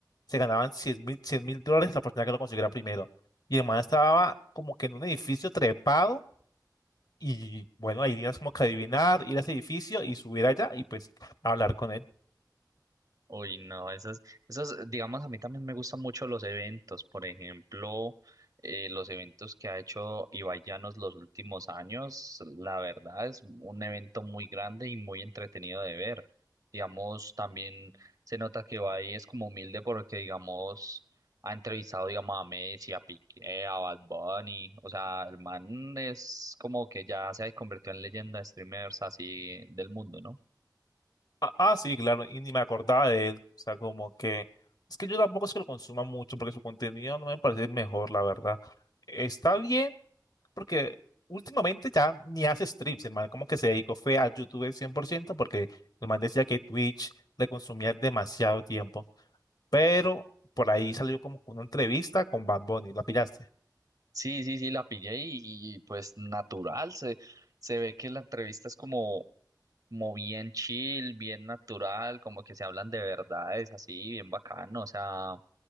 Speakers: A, on the left; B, on the right.
A: se ganaban cien mil, 100 mil dólares la persona que lo consiguiera primero. Y el man estaba como que en un edificio trepado y bueno, ahí tenías como que adivinar, ir a ese edificio y subir allá y pues hablar con él.
B: Uy, no, esas, esas, digamos, a mí también me gustan mucho los eventos, por ejemplo, eh, los eventos que ha hecho Ibai Llanos los últimos años, la verdad es un evento muy grande y muy entretenido de ver. Digamos, también se nota que Ibai es como humilde porque, digamos, ha entrevistado, digamos, a Messi, a Piqué, a Bad Bunny, o sea, el man es como que ya se ha convertido en leyenda de streamers así del mundo, ¿no?
A: Ah, ah, sí, claro, y ni me acordaba de él. O sea, como que. Es que yo tampoco es que lo consuma mucho porque su contenido no me parece el mejor, la verdad. Está bien, porque últimamente ya ni hace streams, el man como que se dedicó fue a YouTube 100% porque el man decía que Twitch le consumía demasiado tiempo. Pero por ahí salió como una entrevista con Bad Bunny, ¿la pillaste?
B: Sí, sí, sí, la pillé y, y, pues natural, se, se ve que la entrevista es como, como bien chill, bien natural, como que se hablan de verdades, así, bien bacano, o sea,